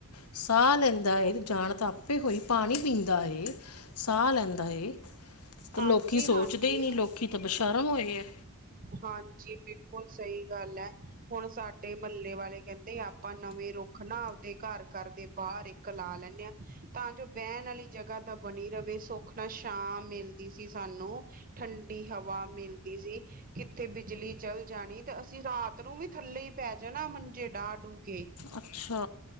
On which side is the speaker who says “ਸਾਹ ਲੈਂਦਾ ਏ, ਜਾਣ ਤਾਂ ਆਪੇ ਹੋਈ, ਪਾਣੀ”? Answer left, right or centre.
Left